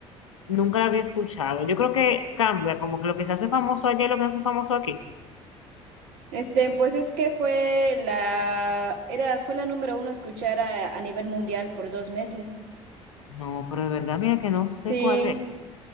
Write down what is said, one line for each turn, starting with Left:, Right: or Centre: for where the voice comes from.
Left: Nunca la había escuchado. Yo creo que cambia, como que lo que se hace famoso allá es lo que se hace famoso aquí.
Right: Este, pues es que fue la, era, fue la número uno a escuchar a, a nivel mundial por dos meses.
Left: No, pero de verdad, mira que no sé
Right: Sí,
Left: cuál es.